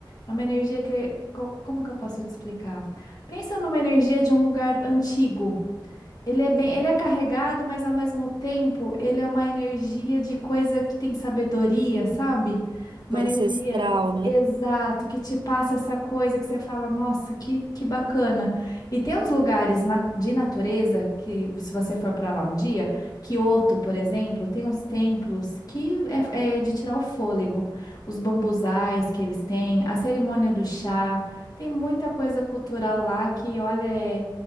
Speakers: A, on the left; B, on the right.
A: é uma energia que. co- Como que eu posso te explicar? Pensa numa energia de um lugar antigo. Ele é bem, ele é carregado, mas ao mesmo tempo ele é uma energia de coisa que tem sabedoria, sabe? Uma
B: Tipo
A: energia
B: Ancestral, né?
A: exato que te passa essa coisa que você fala, nossa, que, que bacana. E tem uns lugares na- de natureza que, se você for para lá um dia, Kyoto, por exemplo, tem uns templos que é, é de tirar o fôlego. Os bambuzais que eles têm, a cerimônia do chá, tem muita coisa cultural lá que, olha. é